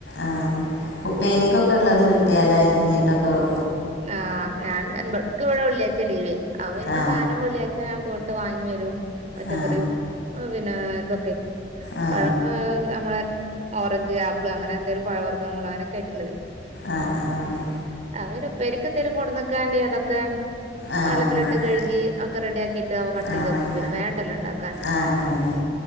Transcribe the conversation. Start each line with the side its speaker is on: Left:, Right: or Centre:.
Left: ആഹ് ഉപ്പേരിക്കൊക്കെ ഉള്ളത് കിട്ടിയാൽ അരിഞ്ഞിട്ടൊക്കെ വെ
Right: ആഹ് ഞാൻക്ക് ഇവിടെ വെള്ളിയാഴച്ച ലീവ് അപ്പ പിന്നെ
Left: ആ
Right: സാധനം വെള്ളിയാഴ്ച്ച ഞാൻ പോയിട്ട് വാങ്ങി വരും പച്ചക്കറിയും
Left: ആ
Right: പിന്നെ ഇതൊക്കെ
Left: ആ
Right: പഴ നമ്മളെ ഓറഞ്ച് ആപ്പിൾ അങ്ങനെ എന്തെലും പഴവർഗ്ഗൾ അങ്ങനെയക്ക ആയിട്ടുള്ളത്
Left: ആഹ് ആഹ്
Right: അവന് ഉപെരിക്കെന്തേലും കൊണ്ട് നക്കാണ്ടേ അതൊക്കെ
Left: ആഹ്
Right: വെള്ളത്തിലിട്ട് കഴുകി ഒക്കെ റെഡിയാക്കിട്ട് കട്ട്
Left: ആഹ്
Right: ചെയ്തെക്കും പിന്നെ വേണ്ടല്ലോ ഉണ്ടാക്കാൻ
Left: ആഹ് അതന്നെ